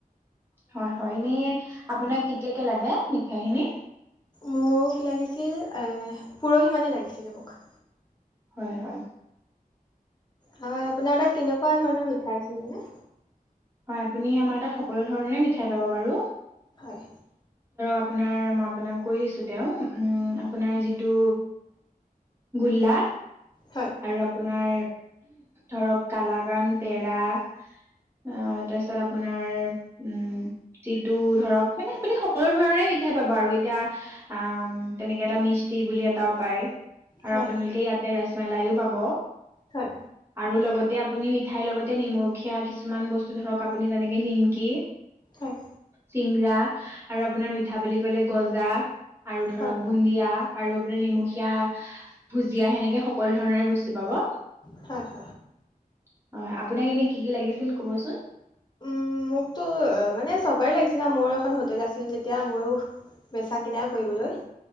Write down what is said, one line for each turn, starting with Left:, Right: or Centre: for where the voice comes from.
Right: হয় হয় এনে আপোনাক কেতিয়াকে লাগে মিঠাইখিনি
Left: মোক লাগিছিল পৰহি মানে লাগিছিলে মোক
Right: হয় হয়।
Left: হয় আপোনাৰ তাত কেনেকুৱা ধৰণৰ মিঠাই আছিল মানে
Right: হয় আমাৰ তাত সকলো ধৰণৰে মিঠাই পাব বাৰু
Left: হয়
Right: আপোনাৰ মই আপোনাক কৈ দিছোঁ তেওঁ আপোনাৰ যিটো গোল্লা
Left: হয়
Right: আৰু আপোনাৰ ধৰক কালাগান পেৰা। <unintelligible> অ তাৰপিছত আপোনাৰ উম যিটো ধৰক মানে আপুনি সকলো ধৰণৰে মিঠাই পাবা আৰু এতিয়া আ তেনেকে এটা মিষ্টি বুলি এটাও পায়। আৰু
Left: হয়
Right: আপোনালোকে
Left: হয়
Right: ইয়াতে ৰাছমালাইও পাব।
Left: হয়
Right: আৰু লগতে আপুনি মিঠাইৰ লগতে নিমখীয়া কিছুমান বস্তু ধৰক আপুনি যেনেকে নিমকি
Left: হয় হয়
Right: চিংৰা আৰু আপোনাৰ মিঠা বুলি কলে গজা আৰু ধৰক
Left: হয়
Right: বুন্দিয়া আৰু আপোনাৰ নিমখীয়া ভুজিয়া সেনেকে সকলো ধৰণৰে বস্তু পাব।
Left: হ হ
Right: হয় আপোনাক এনে কি কি লাগিছিল কবচোন
Left: উম মোকতো মানে চবেই লাগিছিলে। মোৰ এখন হোটেল আছিল যেতিয়া মইও বেচা কিনা। কৰিবলৈ